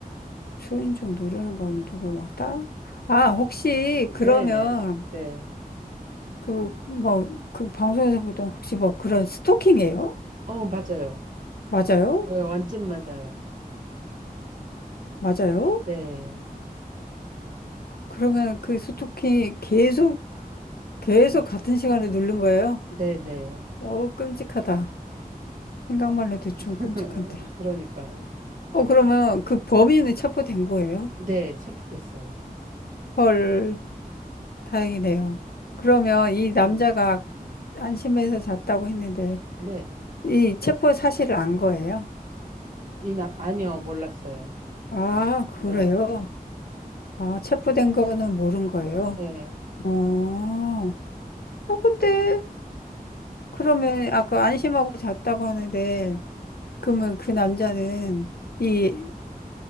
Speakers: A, on the left; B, on the right.
A: 초인종 누르는 건 누구 막다? 아 혹시 그러면
B: 네, 네. 네.
A: 그 뭐 그 방송에서 보던 혹시 뭐 그런 스토킹이에요?
B: 어, 맞아요.
A: 맞아요?
B: 어, 예, 완전 맞아요.
A: 맞아요?
B: 네.
A: 그러면 그 스토킹 계속 계속 같은 시간에 누른 거예요?
B: 네네.
A: 어, 끔찍하다. 생각만 해도 좀
B: <laughs>
A: 끔찍한데.
B: 그러니까요.
A: 어, 그러면 그 범인은 체포된 거예요?
B: 네, 체포됐어요.
A: 헐, 다행이네요. 그러면 이 남자가
B: 네.
A: 안심해서 잤다고 했는데,
B: 네.
A: 이 체포 사실을 안 거예요?
B: 이나, 아니요, 몰랐어요.
A: 아, 그래요?
B: 네.
A: 아, 체포된 거는 모른 거예요?
B: 예.
A: 어, 어, 근데, 그러면 아까 안심하고 잤다고 하는데, 그러면 그 남자는 이